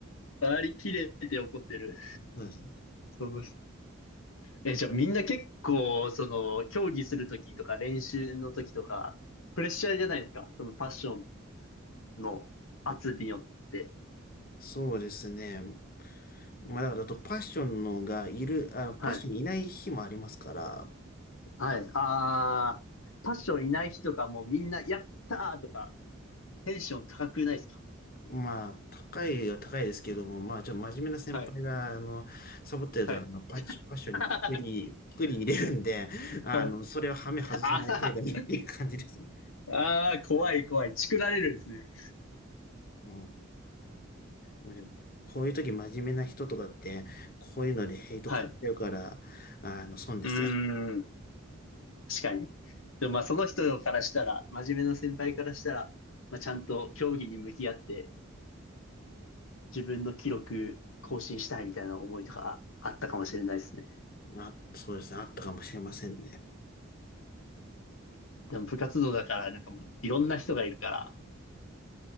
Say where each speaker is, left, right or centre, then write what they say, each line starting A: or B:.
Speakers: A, on the left; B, on the left.
A: リ切れて怒ってる。
B: そうです
A: そのえ、じゃあみんな結構、その、競技するときとか練習のときとか、プレッシャーじゃないですか。そのパッションの圧によって。
B: そうですね。まあだからあとパッションのがいる、あ、パッションいない日もありますから、
A: はい。はい。あー、パッションいない日とかもうみんな、やったーとか、テンション高くないですか
B: まあ高いは高いですけども、まあちょっと真面目な先輩が、
A: はい。
B: あの、サボってるとあの、
A: はい。
B: パッチ、パッションにピクリ、
A: <laughs> あ
B: ピクリ入れるんで、あの、
A: はい。
B: それをはめ外さない程度にっていう感じですね。
A: あーあー、怖い怖い。チクられるんですね。
B: うんまあでも、こういう時真面目な人とかって、こういうのでヘイト買っちゃうから、
A: はい。う
B: あの、損ですよ。
A: ーん。確かに。でもまあその人からしたら、真面目な先輩からしたら、まあちゃんと競技に向き合って自分の記録更新したいみたいな思いとかああったかもしれないですね。
B: あ、そうですね。あったかもしれませんね。
A: でも部活動だからなんかもういろんな人がいるから、